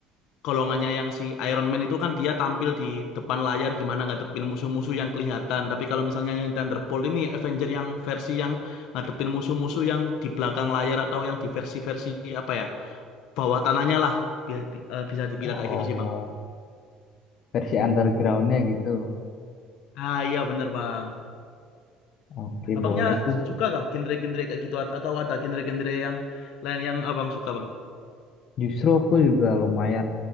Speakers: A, on the left; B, on the left.
A: golongannya yang si Iron Man itu kan dia tampil di depan layar gimana ngadepin musuh-musuh yang kelihatan. Tapi kalau misalnya yang Thunderbolt ini Avenger yang versi yang ngadepin musuh-musuh yang di belakang layar atau yang di versi-versi apa ya? bawah tanahnya lah bi- bi- eh, bisa dibilang
B: Oh,
A: kayak gitu sih bang
B: versi undergroundnya gitu.
A: ah iya bener bang
B: Oke,
A: abangnya
B: boleh tuh.
A: suka kah genre-genre kayak gitu At- atau ada genre-genre yang lain yang abang suka bang
B: Justru aku juga lumayan